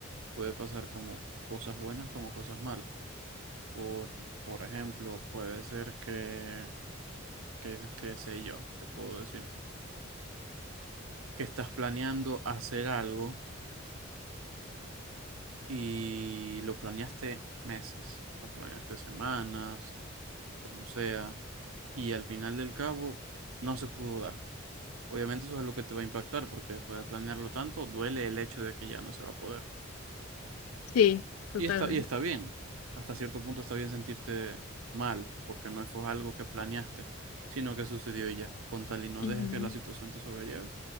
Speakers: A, on the right (about 85°); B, on the left (about 80°).
A: puede pasar como cosas buenas como cosas malas. Por, por ejemplo, puede ser que, que, que sé yo, que puedo decir, que estás planeando hacer algo y lo planeaste meses, lo planeaste semanas, como sea, y al final del cabo no se pudo dar. Obviamente eso es lo que te va a impactar, porque después de planearlo tanto, duele el hecho de que ya no se va a poder.
B: Sí, totalmente.
A: Y está, y está bien, hasta cierto punto está bien sentirte mal, porque no fue algo que planeaste, sino que sucedió y ya. Con tal y no
B: Ujú.
A: dejes que la situación te sobrelleve,